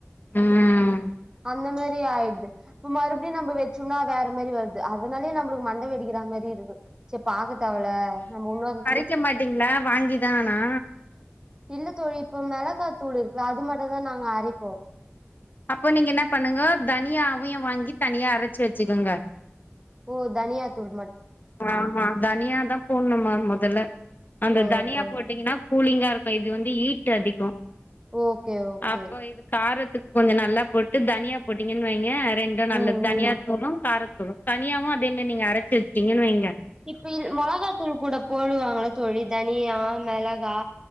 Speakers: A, on the left; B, on the right.
A: ம்
B: அந்த மெரி ஆயிட்து இப்ப மறுபடியு நம்ப வெச்சும்னா வேற மாரி வருது அதனாலயே நம்புளுக்கு மண்ட வெடிக்கிற மெரிருக்கு செரி பாக்க தேவல்ல நம்ம ஒன்னொரு
A: வைக்க மாட்டீங்ளா வாங்கிதானா
B: இல்லத்தோழி இப்ப மிளகாதூள் இருக்குலா அது மட்டும்தா நாங்க அரைப்போ
A: அப்ப நீங்க என்ன பண்ணுங்க தனியாவையு வாங்கி தனியா அரச்சி வெச்சுக்கோங்க
B: ஓ தனியா தூள்
A: ஆமா தனியாதா போட்ணும்மா மொதல்ல அந்த
B: ஓகே
A: தனியா போட்டீங்கன்னா கூலிங்கா இருக்கு இது வந்து ஹீடடு அதிகோ
B: ஓகே ஓகே
A: அப்ப இது காரத் இதுக் கொஞ்சோ நல்லா போட்டு தனியா போட்டீங்கன் வெய்ங்க ரெண்டு நல்லது
B: ம்
A: தனியா
B: ம்
A: தூளு காரத்தூளு தனியாவு அதே மெரி நீங்க அரச்சி வெச்சீங்கன்னு வெய்ங்க
B: இப்ப இன் மொளகாத்தூள் கூட போடுவாங்கள தோழி தனியா மெளகா